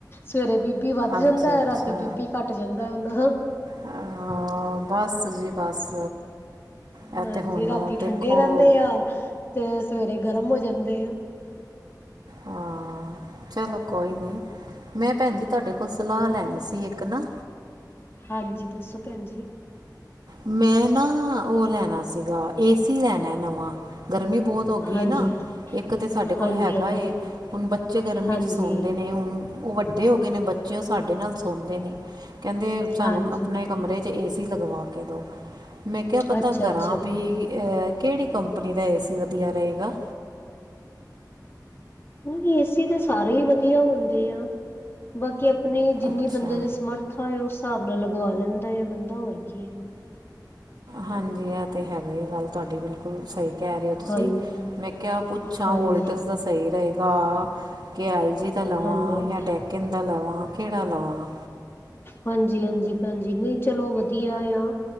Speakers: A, on the left; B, on the right.
A: ਸਵੇਰੇ ਬੀਪੀ ਵੱਧ ਜਾਂਦਾ
B: ਅੱਛਾ ਅੱਛਾ
A: ਹੈ ਰਾਤੀ ਬੀਪੀ ਘੱਟ ੱਟ ਜਾਂਦਾ ਉਹਨਾਂ ਦਾ
B: ਹਾਂ ਬਸ ਜੀ ਬਸ ਇਹ
A: ਹਾਂਜੀ
B: ਤੇ ਹੁਣ
A: ਰਾਤੀ
B: ਦੇਖੋ
A: ਠੰਡੇ ਰਹਿੰਦੇ ਆ ਤੇ ਸਵੇਰੇ ਗਰਮ ਹੋ ਜਾਂਦੇ ਆ
B: ਹਾਂ ਚਲੋ ਕੋਈ ਨਹੀਂ ਮੈਂ ਭੈਣ ਜੀ ਤੁਹਾਡੇ ਕੋਲ ਸਲਾਹ ਲੈਣੀ ਸੀ ਇੱਕ ਨਾ
A: ਹਾਂਜੀ ਦੱਸੋ ਭੈਣ ਜੀ
B: ਮੈਂ ਨਾ ਉਹ ਲੈਣਾ ਸੀਗਾ ਏ ਸੀ ਲੈਣਾ ਨਵਾਂ ਗਰਮੀ ਬਹੁਤ ਧੋ ਗ
A: ਹਾਂਜੀ,
B: ਨਾ ਇੱਕ ਤਾਂ ਸਾਡੇ ਕੋਲ
A: ਹਾਂਜੀ,
B: ਹੈਗਾ
A: ਹਾਂਜੀ,
B: ਏ ਹੁਣ ਬੱਚੇ ਗਰਮੀ
A: ਹਾਂਜੀ,
B: 'ਚ ਸੌਂਦੇ ਨੇ ਹੁਣ ਉਹ ਵੱਡੇ ਹੋ ਗਏ ਨੇ ਬੱਚੇ ਉਹ ਸਾਡੇ ਨਾਲ ਸੁਣਦੇ ਨਹੀਂ ਕਹਿੰਦੇ ਸਾਨੂੰ
A: ਹਾਂਜੀ।
B: ਆਪਣਾ ਕਮਰੇ 'ਚ ਏ ਸੀ ਲਗਵਾ ਕੇ ਦਿਉ ਮੈਂ ਕਿਹ ਪਤਾ
A: ਅੱਛਾ,
B: ਕਰਾਂ
A: ਅੱਛਾ।
B: ਵੀ ਕਿਹੜੀ ਕੰਪਨੀ ਦਾ ਏ ਸੀ ਵਧੀਆ ਰਹੇਗਾ
A: ਨਹੀਂ ਏਸੀ ਤੇ ਸਾਰੇ ਹੀ ਵਧੀਆ ਹੁੰਦੇ ਆ ਬਾਕੀ ਆਪਣੇ ਜਿੰਨੀ
B: ਅੱਛਾ
A: ਬੰਦੇ ਦੇ ਸਮਰਥ ਥਾ ਉਸ ਹਿਸਾਬ ਨਾਲ ਲਗਵਾ ਲੈਂਦਾ ਆ ਬੰਦਾ ਹੋਰ ਕੀ ਹੈ,
B: ਹਾਂਜੀ ਇਹ ਤੇ ਹੈਗਾ, ਗੱਲ ਤੁਹਾਡੀ ਬਿਲਕੁਲ ਸਹੀ ਕਹਿ ਰਹੇ ਹੋ ਤੁਸੀਂ
A: ਹਾਂਜੀ,
B: ਮੈਂ ਕਿਹਾਿਆ ਪੁੱਛਾਂ
A: ਹਾਂਜੀ,
B: ਵੋਲਟਜ ਦਾ ਸਹੀ ਰਹੇਗਾ ਕਿ ਐਲ ਜੀ ਦਾ ਲਵਾਂ
A: ਹਾਂਜੀ।
B: ਜਾਂ ਡੈਕਿਨ ਦਾ ਲਵਾਂ ਕਿਹੜਾ ਲਵਾਂ
A: ਹਾਂਜੀ ਹਾਂਜੀ ਭੈਣਜੀ ਨਹੀਂ ਚਲੋ ਵਧੀਆ ਆ